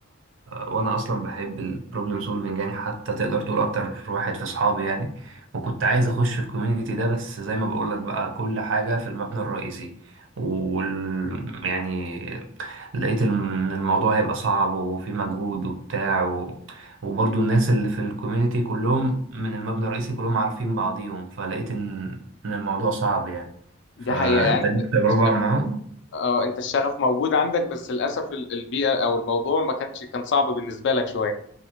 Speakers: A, on the right (about 65°); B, on the left (about 60°).
A: وانا اصلا بحب البروبلم سولفنج يعني حتى تقدر تقول اكتر واحد في اصحابي يعني وكنت عايز اخش في الكوميونتي ده بس زي ما بقول لك بقى كل حاجة في المبنى الرئيسي وال... يعني لقيت ان الموضوع هيبقى صعب وفي مجهود وبتاع و... وبرضو الناس اللي في الكوميونتي كلهم من المبنى الرئيسي كلهم عارفين بعضيهم فلقيت ان ان الموضوع صعب يعني
B: دي
A: فانت
B: حقيقة يعني
A: ليك تجربه
B: بس
A: معاهم
B: اه انت الشغف موجود عندك بس للاسف ال- البيئه او الموضوع ما كانش كان صعب بالنسبه لك شويه